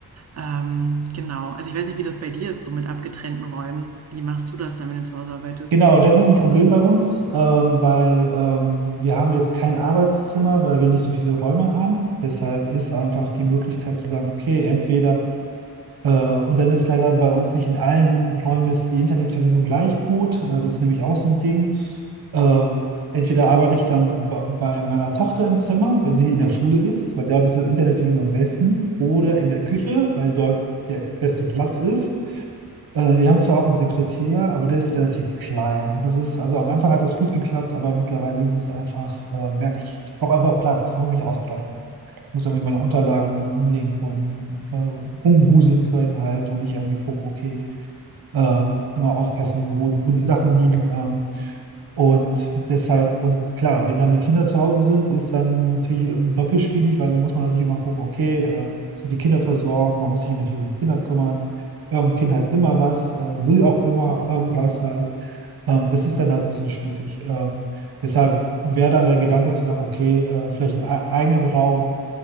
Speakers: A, on the right (about 45°); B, on the right (about 75°).
A: Ähm, genau, also ich weiß nicht, wie das bei dir ist, so mit abgetrennten Räumen. Wie machst du das dann, wenn du zu Hause arbeitest?
B: Genau, das ist ein Problem bei uns, ähm, weil ähm, wir haben jetzt kein Arbeitszimmer, weil wir nicht so viele Räume haben. Deshalb ist einfach die Möglichkeit zu sagen, okay, entweder Äh, und dann ist leider bei uns nicht in allen Räumen ist die Internetverbindung leicht gut. Äh, das ist nämlich auch so ein Ding. Äh, entweder arbeite ich dann bei, bei meiner Tochter im Zimmer, wenn sie in der Schule ist, weil dort ist die Internetverbindung am besten, oder in der Küche, weil dort der beste Platz ist. Äh, wir haben zwar auch einen Sekretär, aber der ist relativ klein. Das ist, also am Anfang hat das gut geklappt, aber mittlerweile ist es einfach, äh, merke ich, ich brauche einfach Platz, ich muss mich ausbreiten muss irgendwie meine Unterlagen hinlegen können, äh, rumwuseln können halt und nicht irgendwie gucken, okay, äh, immer aufpassen, wo, wo die Sachen liegen. ähm, und deshalb, und klar, wenn dann die Kinder zu Hause sind, ist dann natürlich ähm, doppelt schwierig, weil dann muss man natürlich immer gucken, okay, äh, sind die Kinder versorgt, man muss sich natürlich um die Kinder kümmern. Irgendein Kind hat immer was, äh, will auch immer irgendwas halt. Ähm, das ist dann halt ein bisschen schwierig. Ähm, deshalb wäre dann der Gedanke zu sagen, okay, äh, vielleicht einen e- eigenen Raum